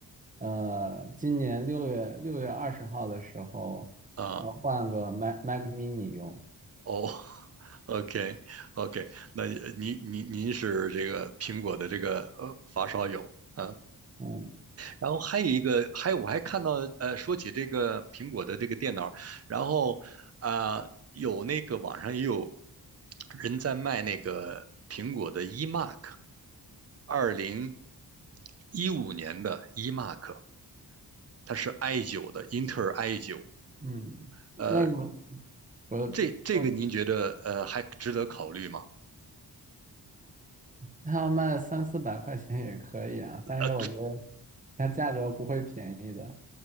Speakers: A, on the right; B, on the right.
A: 呃，今年六月六月二十号的时候，
B: 啊，
A: 呃，换个 Mac Mac Mini 用。
B: 哦，OK OK，那您您您是这个苹果的这个呃发烧友啊
A: 嗯
B: 然后还有一个，还有我还看到，呃，说起这个苹果的这个电脑，然后啊、呃有那个网上也有人在卖那个苹果的 iMac，二零一五年的 iMac，它是 i 九的，英特尔 i 九。
A: 嗯，
B: 呃，
A: 那个我就
B: 这这个您觉得呃还值得考虑吗？
A: 他要卖三四百块钱也可以啊，但是我觉得
B: 呃，
A: 它价格不会便宜的。